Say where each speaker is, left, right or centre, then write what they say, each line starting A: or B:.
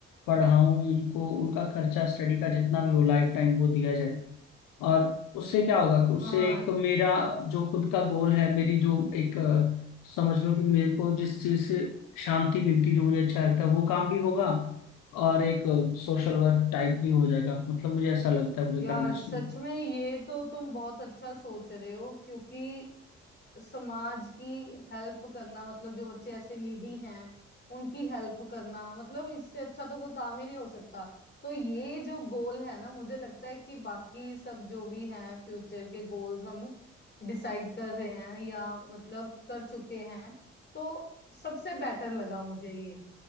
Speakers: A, on the left; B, on the left.
A: पढ़ाऊँ उनको उनका खर्चा स्टडी का जितना भी हो लाइफ टाइम वो दिया जाए और उससे क्या होगा कि
B: हाँ
A: उससे एक मेरा जो खुद का गोल है मेरी जो एक अ, समझ लो कि मेरे को जिस चीज से शांति मिलती जो मुझे अच्छा लगता है वो काम भी होगा और एक सोशल वर्क टाइप भी हो जाएगा मतलब मुझे ऐसा लगता है मुझे
B: यार
A: करना चाहिए
B: सच में ये तो तुम बहुत अच्छा सोच रहे हो क्योंकि समाज की हेल्प करना मतलब जो बच्चे ऐसे नीडी हैं उनकी हेल्प करना मतलब इससे अच्छा तो कोई काम ही नहीं हो सकता तो ये जो गोल है ना मुझे लगता है कि बाकी सब जो भी हैं फ्यूचर के गोल्स हम डिसाइड कर रहे हैं या मतलब कर चुके हैं तो सबसे बेटर लगा मुझे ये